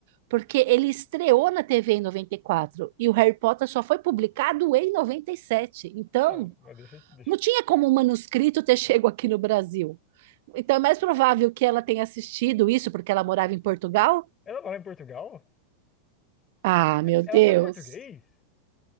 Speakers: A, on the right; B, on the left.
A: Porque ele estreou na TV em noventa e quatro e o Harry Potter só foi publicado em 97. Então,
B: Não, mas deixa, eu- deixa.
A: não tinha como o manuscrito ter <laughs> chego aqui no Brasil. Então, é mais provável que ela tenha assistido isso porque ela morava em Portugal?
B: eu- Ela mora em Portugal?
A: Ah,
B: É-
A: meu
B: Ela
A: Deus.
B: sabe português?